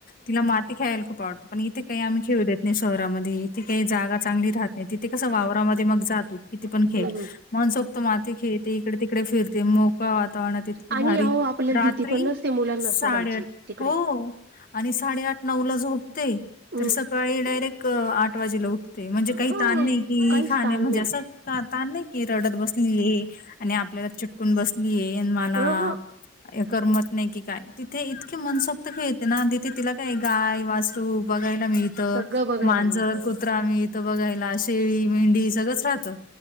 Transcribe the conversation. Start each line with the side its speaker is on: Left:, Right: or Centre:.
Left: तिला माती खेळायला खूप आवडतं पण इथे काही आम्ही खेळू देत नाही शहरामध्ये इथे काही जागा चांगली राहत नाही तिथे कस वावरामध्ये मग जा तु किती पण
Right: हम्म
Left: खेळ म्हणसोक्त माती खेळते इकडे तिकडे फिरते मो बा वातावरणात इतकी
Right: आणि
Left: भारी
Right: अहो आपल्याला
Left: रात्री
Right: भीती पण नसते मुलांना
Left: साडे
Right: सोडायची
Left: आठ
Right: तिकडे
Left: हो आणि साडेआठ नऊ ला झोप ते
Right: हम्म
Left: तर सकाळी डायरेक क आठ वाजेला उठते म्हणजे काही
Right: हा
Left: ताण नाही कि
Right: काहीच
Left: खाणे
Right: ताण
Left: म्हणजे
Right: नाही.
Left: असं ताण नाही की रडत बसले. <unintelligible> आणि आपल्याला चिटकून बसलीय अन मला
Right: अ ह
Left: करमत नाई की काय तिथे इतके मनसोक्त खेळते ना तिथे तिला काय गाय वासरू बघ बघायला मिळत.
Right: सगळं बघायला
Left: मांजर,
Right: मिळतं.
Left: कुत्रा मिळत बघायला. शेळी, मेंढी सगळंच राहतं